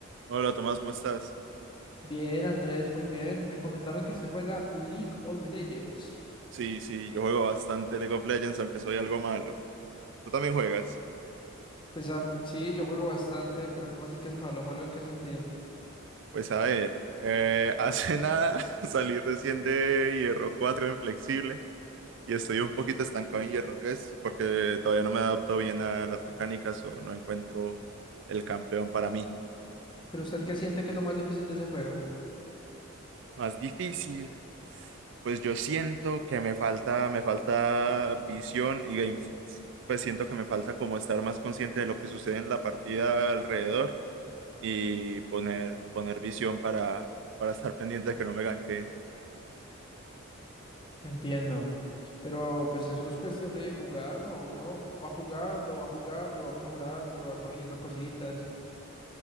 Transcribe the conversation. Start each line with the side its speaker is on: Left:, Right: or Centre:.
Right: Hola Tomás, ¿cómo estás?
Left: Bien, Andrés, muy bien. Me comentaron que usted juega League of Legends.
Right: Sí, sí, yo juego bastante League of Legends, aunque soy algo malo. ¿Tú también juegas?
Left: Pues ah, sí, yo juego bastante, pero ¿cómo así que es malo? ¿Malo en qué sentido?
Right: Pues a ver, eh, hace nada <laughs> salí recién de Hierro cuatro inflexible y estoy un poquito estancado en Hierro tres porque todavía no me adapto bien a las mecánicas o no encuentro el campeón para mí.
Left: ¿Pero usted qué siente que es lo más difícil de ese juego?
Right: Más difícil, pues yo siento que me falta, me falta visión y game sense. Pues siento que me falta como estar más consciente de lo que sucede en la partida alrededor y poner, poner visión para, para estar pendiente de que no me ganquen.
Left: Entiendo. Pero pues eso es cuestión de jugar, ¿no? Uno va jugando, va jugando, va mejorando, va corrigiendo cositas.